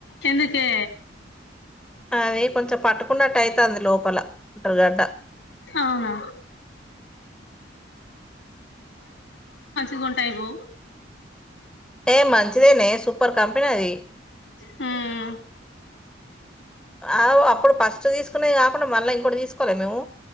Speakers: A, on the left; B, in the centre.
A: ఎందుకే
B: అదే కొంచెం పాటు చెప్పున్నట్టు అయితుంది లోపల అంటరుగడ్డ
A: అవునా గు ఉంటాయిపో
B: టే మంతస్ ఇదేనే సూపర్ కంపెనీ అది
A: హ్మ్
B: అ అప్పుడు ఫస్ట్ తీసుకునేది కాకుండా మళ్ళా ఇంకోటి తీసుకోలే మేము